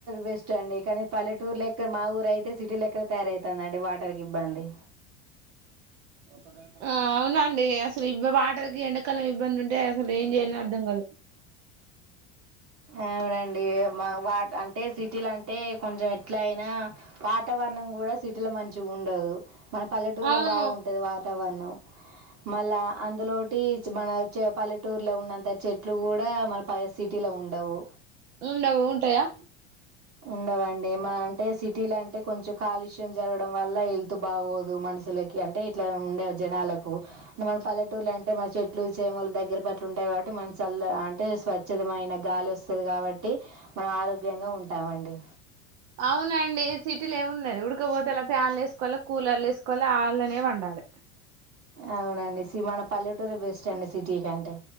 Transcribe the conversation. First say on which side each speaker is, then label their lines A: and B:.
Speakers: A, on the right; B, on the right.
A: బస్డ్ ఏ పల్లటూరు లెక్కడ మా ఊరుయితే సిటీ లెక్కడ తయారవుతుందండి వాటర్కి ఇబ్బంది
B: ఒక ఆ అవునండి అసలు ఇ వాటలకి ఎండకాల ఇబ్బంది ఉంటే అసలు ఏం చేయాలని అర్థం కాదు
A: అవునండి వా అంటే సిటీలు అంటే కొంచెం ఎట్లా అయినా వాతావరణం కూడా సిటీలో మంచి ఉండదు మన పల్లెటూరులో
B: అవును
A: బాగుంటది వాతావరణం మళ్ళా అందులోటి మన పల్లెటూరులో ఉన్నంత చెట్లు కూడా మన ప సిటీలో ఉండవు
B: ఉండవు ఉంటాయా
A: ఉండవండి ఏమ అంటే సిటీల అంటే కొంచెం కాలుష్యం జరగడం వల్ల హెల్త్ బాగోదు మనుషులకి అంటే ఇట్లా ఉండే జనాలకు మన పల్లెటూరు అంట ట మన చెట్లు చేమలు దగ్గర పట్లు ఉంటాయి కాబట్టి మన చల్ అంటే స్వచ్ఛదమైన గాలి వస్తుంది కాబట్టి మనం ఆరోగ్యంగా ఉంటామండి
B: అవునండి సిటీలు ఏమిన్నాది ఉడకపోతలా ఫ్యాన్లు వేసుకోవాలి కూలర్లు వేసుకోవాలి వాళ్ళనే వండాలి న
A: అవునండి మన పల్లెటూరు బెస్ట్ అండి సిటీ కంటే